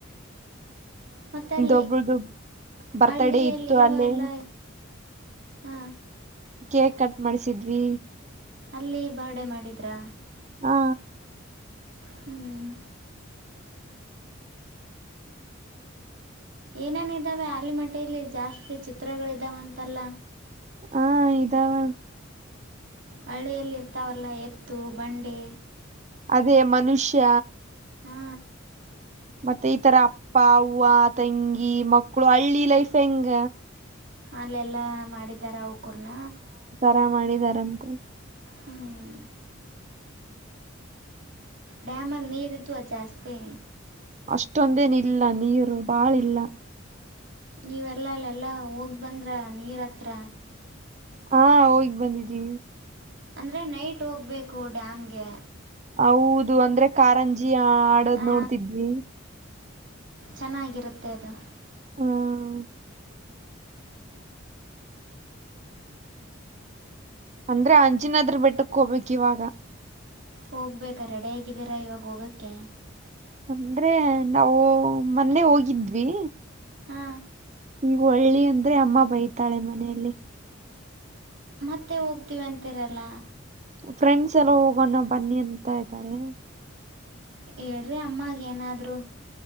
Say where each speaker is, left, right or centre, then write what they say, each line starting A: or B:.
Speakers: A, on the right (about 65°); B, on the right (about 35°).
A: ಮತ್ತ ಅಲ್ಲಿ
B: ಒಬ್ರದು ಬರ್ತ್ಡೇ
A: ಹಳ್ಳಿಯಲ್ಲಿರೋ
B: ಇತ್ತು ಅಲ್ಲೇ
A: ಎಲ್ಲ ಹ್ಮ
B: ಕೇಕ್ ಕಟ್ ಮಾಡಿಸಿದ್ವಿ
A: ಅಲ್ಲಿ ಬರ್ಡೆ ಮಾಡಿದ್ರಾ
B: ಹಾ
A: ಹ್ಮ್ ಏನೇನಿದ್ದಾವೆ ಆಲಿಮಟ್ಟೆಯಲ್ಲಿ ಜಾಸ್ತಿ ಚಿತ್ರಗಳಿದ್ದಾವಂತಲ್ಲ
B: ಹಾ ಇದಾವ
A: ಹಳ್ಳಿಯಲ್ಲಿ ಇರ್ತಾವಲ್ಲ ಎತ್ತು ಬಂಡೆ
B: ಅದೇ ಮನುಷ್ಯ
A: ಹಾ
B: ಮತ್ತೆ ಈತರ ಅಪ್ಪ ಹೂವ ತಂಗಿ ಮಕ್ಕಳು ಹಳ್ಳಿ ಲೈಫ್ ಹೆಂಗ
A: ಅಲ್ಲೆಲ್ಲಾ ಮಾಡಿದಾರ ಅವಕೂರ್ನ
B: ಎ ಮಾಡಿದಾರಂತೆ
A: ಹ್ಮ್ ಡ್ಯಾಮಲ್ಲಿ ನೀರಿದ್ದ್ ಜಾಸ್ತಿ
B: ಅಷ್ಟೊಂದೇನಲ್ಲ ನೀರು ಬಾಳಿಲ್ಲ
A: ನೀವೆಲ್ಲ ಅಲ್ಲ ಎಲ್ಲ ಹೋಗಿ ಬಂದ್ರ ನೀರ್ ಹತ್ರ
B: ಹಾ ಹೋಗಿ ಬಂದಿದ್ದೀ
A: ಅಂದ್ರೆ ನೈಟ್ ಹೋಗ್ಬೇಕು ಡ್ಯಾಮ್ಗೆ
B: ಹೌದು ಅಂದ್ರೆ ಕಾರಂಜಿ ಆಡೋದ್
A: ಹಾ
B: ನೋಡ್ತಿದ್ವಿ
A: ಚೆನ್ನಾಗಿರುತ್ತೆ ಅದು
B: ಹ್ಮ್ ಅಂದ್ರೆ ಅಂಜಿನದ್ರ ಬೆಟ್ಟಕ್ಕೆ ಹೋಗ್ಬೇಕಕ್ ಇವಾಗ
A: ಹೋಗ್ಬೇಕಾ ರೆಡ ಆಗಿದ್ದೀರಾ ಇವಾಗ ಹೋಗೋಕ್ಕೆ
B: ಅಂದ್ರೆ ನಾವು ಮೊನ್ನೆ ಹೋಗಿದ್ವಿ
A: ಹಾ
B: ಈ ಒಳ್ಳಿ ಅಂದ್ರೆ ಅಮ್ಮ ಬೈತಾಳೆ ಮನೆಯಲ್ಲಿ
A: ಮತ್ತೆ ಹೋಗ್ತಿವಿ ಅಂತರಲ್ಲ
B: ಫ್ರೆಂಡ್ಸ್ ಎಲ್ಲ ಹೋಗೋಣ ಬನ್ನಿ ಅಂತ ಇದ್ದಾರೆ
A: ಹೇಳ್ರಿ ಅಮ್ಮಗ ನಾದರೂ